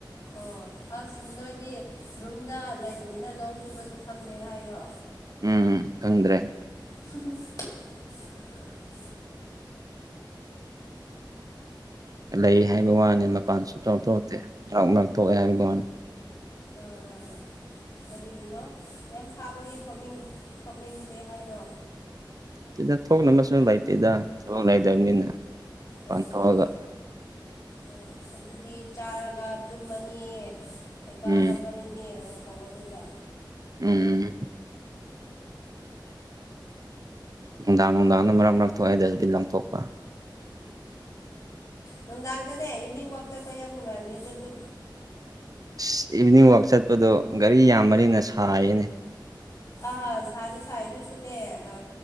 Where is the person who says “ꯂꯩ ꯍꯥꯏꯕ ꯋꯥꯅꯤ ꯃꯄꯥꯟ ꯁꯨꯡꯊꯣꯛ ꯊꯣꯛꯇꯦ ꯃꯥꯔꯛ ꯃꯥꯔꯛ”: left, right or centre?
Right